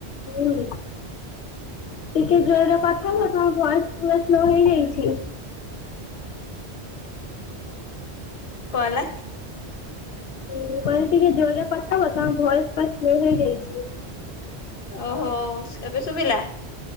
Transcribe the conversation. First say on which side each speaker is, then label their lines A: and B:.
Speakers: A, on the left; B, on the left.
A: ହୁଁ ଟିକେ ଯୋର ରେ - ତମ ତମ ଭଏସ ପୁରା ସ୍ଲୋ ହେଇଯାଇଛି
B: କଣ ହେଲା?
A: ତୋ ପାଇଁ ଟିକେ ଜୋରରେ କଥା ହବ ତମ ଭଏସ ପୁର ସ୍ଲୋ ହେଇଯାଇଛି
B: ଓହୋ ଏବେ ଶୁଭିଲା